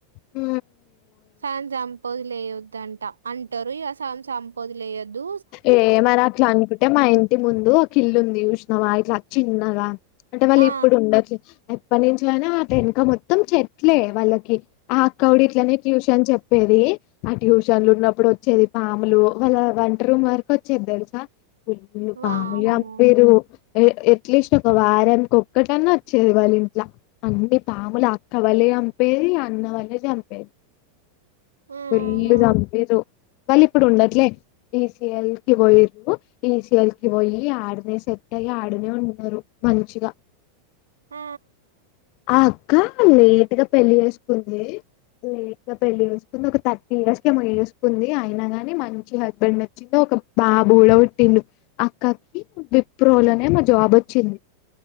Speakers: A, on the left (about 50°); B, on the right (about 80°).
A: ఆ
B: సగం సంపోదిలేయొద్దు అంటారు ఇక సం సంపోదిలేయొద్దు
A: ఏ మరట్లంటే మా ఇ ఇంటి ముందు ఒక ఇల్లు ఉంది చూసినవా ఇట్లా చిన్నగా అంటే వాళ్ళు
B: ఆ
A: ఇప్పుడు ఉండ అప్ప నుంచనే అటు ఆ వెనక మొత్తం చెట్లే వాళ్ళకి ఆ అక్క గూడ ఇట్లనే ట్యూషన్ చెప్ ప్పేది ఆ ట్యూషన్లు ఉన్నప్పుడు వచ్చేది పాములు వాళ్ళ వా రూమ్ వరకు వచ్చేద్ తెల్సా
B: వామ్మో
A: పాములు చంపిరు ఎట్లీస్ట్ ఒక వారాకొక్కటన్నా వచ్చేది వాళ్ళు ఇంట్లా అన్ని పాములు అక్క వాళ్లే చంపేది అన్న వాళ్లే చంపేది
B: ఆహా
A: ఫుల్లు చంపిరు వాళ్ళీ ఇప్పుడు ఉండట్లే బీసఎల్ కి పోయరు ఈ సేల్కి పోయి ఆడనే సెట్ అయి ఆడనే ఉంటన్నారు మంచిగా
B: ఆ
A: ఆ అక్క లేటుగా పెళ్లి చేసుకుంది లేట్గా పెళ్లి చేసు ఒక థర్టీ ఇయర్స్ కేమో చేసుకుంది అయినా ని మం మంచి హస్బెండ్ వచ్చిండు ఒక బాబుడ పుట్టిండు అక్కకి విప్రోలునేమో జాబ్ వచ్చింది